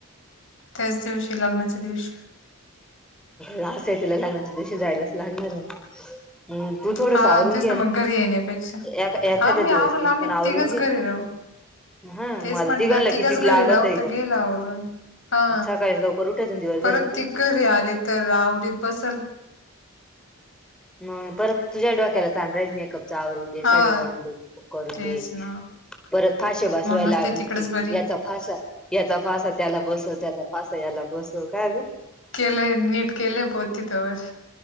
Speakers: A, on the left; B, in the centre.
A: त्याच दिवशी.. लग्नाच्या दिवशी
B: लास लग्नाच्या दिवशीच जायलाच लागणार आहे ना हम्.. तू थोडस
A: हा
B: आवरून
A: तेच
B: घेना,
A: ना मग घरी येण्यापेक्षा
B: एखा- एखाद्या
A: हा मी आवरल
B: दिवस तू
A: आम्ही
B: पण आवरून
A: तिघच
B: घे.
A: घरी राहू
B: ह..
A: तेच
B: मग आता
A: म्हंटलं
B: तिघांना
A: तिघच
B: कितीक
A: घरी
B: लागतय
A: राहू तर
B: ग
A: गेल आवरून हा
B: सकाळी लवकर उठायचं दिवसभर
A: परत
B: झो
A: ती घरी आली तर आवरीत बसल.
B: मग परत तुझ्या डोक्याला तान जाईल मेकअप जाऊ दे
A: हा
B: साडी घालून मेकअप करू
A: तेच
B: दे.
A: ना
B: परत फाषे बसवायला
A: म्हणूनच
B: लागेल
A: तिकडच
B: ती,
A: बरी
B: याचा.. फासा, याचा.. फासा त्याला बसवत्यात. फास ह्याला बसवू‌ काय ग?
A: केलय नीट केलय बघ तित व्यास.